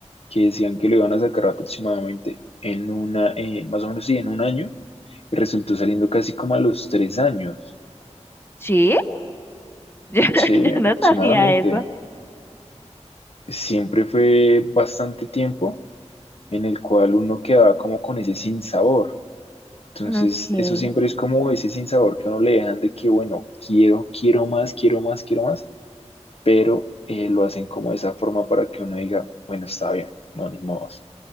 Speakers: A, on the left; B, on the left.
A: que decían que lo iban a sacar aproximadamente en una, eh, más o menos sí, en un año, y resultó saliendo casi como a los tres años.
B: Sí, <laughs> Yo,
A: Sí,
B: yo
A: aproximadamente.
B: no sabía eso.
A: Siempre fue bastante tiempo en el cual uno quedaba como con ese sinsabor. Entonces,
B: Okay.
A: eso siempre es como ese sinsabor que a uno le dejan de que, bueno, quiero, quiero más, quiero más, quiero más, pero eh, lo hacen como de esa forma para que uno diga, bueno, está bien, no, ni modos,